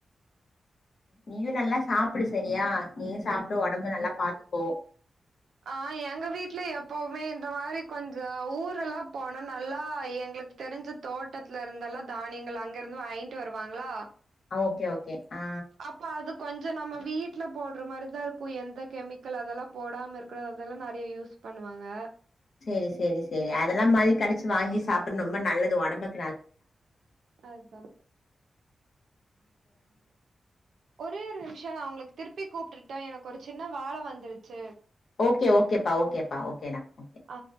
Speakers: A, on the left (about 65°); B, on the right (about 85°).
A: நீயு நல்லா சாப்புடு சரியா நீயு சாப்டு ஒடம்ப நல்லா பாத்துக்கோ
B: ஆ எங்க வீட்ல எப்பவுமே இந்த மாரி கொஞ்ச ஊர் எல்லா போனா நல்லா எங்ளுக்கு தெரிஞ்ச தோட்டத்துல இருந்தெலா தானியங்கள் அங்கருந்து வாங்கிட்டு வருவாங்ளா
A: அ ஓகே ஓகே ஆ
B: அப்ப அது கொஞ்ச நம்ம வீட்ல போடற மாரிதா இருக்கு எந்த கெமிக்கல் அதெலா போடாம இருக்கறதெல்லா நறையா யூஸ் பண்ணுவாங்க
A: செரி செரி செரி அதெலா மறுடி கெடைச்சு வாங்கி சாப் டு ரொம்ப நல்லது ஒடம்புக்
B: அதா ஒரே ஒரு நிமிஷ நா உங்ளுக்கு திருப்பி கூப்புட்ர்டா எனக்கு ஒரு சின்ன வேல வந்திருச்சு
A: ஓகே ஓகேப்பா ஓகேப்பா ஓகேடா ஓகே
B: ஆ